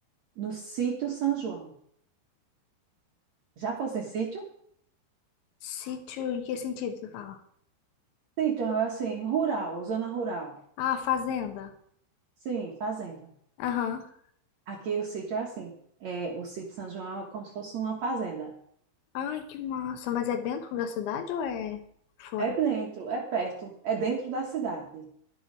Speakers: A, on the right; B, on the left.
A: no sítio São João. Já fosse em sítio?
B: Sítio, em que sentido você fala?
A: Sítio, assim, rural, zona rural.
B: Ah, fazenda.
A: Sim, fazenda.
B: Aham.
A: Aqui o sítio é assim. É, o sítio São João é como se fosse uma fazenda.
B: Ai, que massa. Mas é dentro da cidade ou é fora?
A: É dentro, é perto, é dentro da cidade.